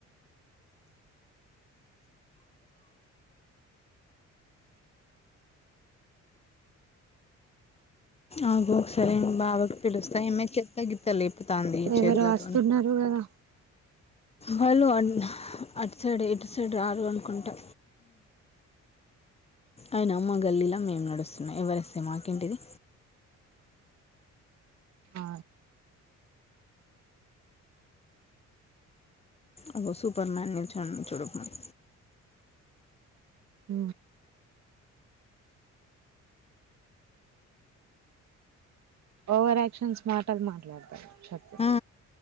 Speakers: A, on the left (about 20°); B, on the right (about 65°).
A: అగు సరే నేను బావకి పిలిస్తే ఏమ చెత్తగిత్త లేపుతాంది
B: ఎవరో
A: చేతులతోని
B: వస్తున్నారు కదా
A: హలో అన్న అటు సైడు ఇటు సైడు రారు అనుకుంటా అయినా మా గల్లీలా మేం నడుస్తున్నాం ఎవ్వరస్తే మాకేంటిది
B: ఆ
A: అగో సూపర్ మాన్ నిల్చొనునాడు చూడకుమను
B: ఊ ఓవర్ ఆక్షన్స్ మాటల్ మాట్లాడతడు చెప్తే
A: ఆ